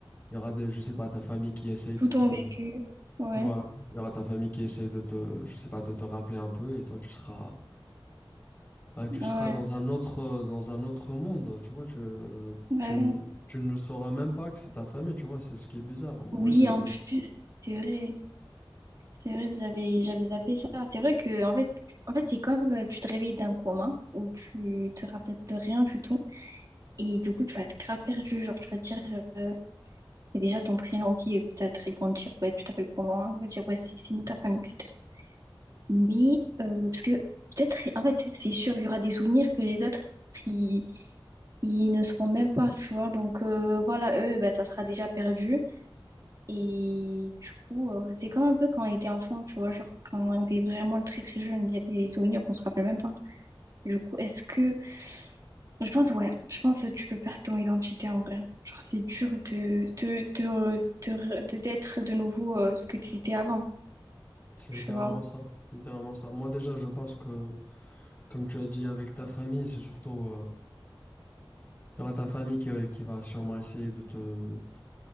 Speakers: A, on the left; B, on the right.
A: Il y aura des, je sais pas, ta famille qui essaye
B: Tout
A: de
B: ton
A: te...
B: vécu. Ouais.
A: Voilà, il y aura ta famille qui essaye de te, je sais pas, de te rappeler un peu et toi, tu seras... ben tu
B: Ouais.
A: seras dans un autre, euh, dans un autre monde, tu vois, tu, euh,
B: Ouais,
A: tu, n-
B: ouais.
A: tu ne sauras même pas que c'est ta famille, tu vois, c'est ce qui est bizarre, moi,
B: Oui,
A: j'imagine.
B: en plus, c'est vrai. C'est vrai, j'avais j'avais zappé ça. C'est vrai que en fait, en fait, c'est comme euh, tu te réveilles d'un coma où tu te rappelles de rien du tout. Et du coup, tu vas être grave perdu. Genre, tu vas te dire, euh, et déjà ton prénom, ok, peut-être ils vont te dire, ouais, tu t'appelles comment? Ils vont te dire, ouais, c'est c'est nous ta famille, etc. Mais, euh, parce que peut-être, en fait, c'est sûr, il y aura des souvenirs que les autres, ils, ils ne seront même pas, tu vois. Donc, euh, voilà, eux, bah, ça sera déjà perdu. Et du coup, euh, c'est comme un peu quand on était enfant, tu vois, genre quand on était vraiment très très jeune, il y a des souvenirs qu'on se rappelle même pas. Du coup, est-ce que Je pense, ouais, je pense que tu peux perdre ton identité en vrai. Genre, c'est dur de, de, de, de, re- de- d'être de nouveau euh, ce que tu étais avant,
A: C'est
B: tu
A: littéralement
B: vois.
A: ça, littéralement ça. Moi, déjà, je pense que, comme tu as dit, avec ta famille, c'est surtout... euh, il y aura ta famille qui, euh, qui va sûrement essayer de te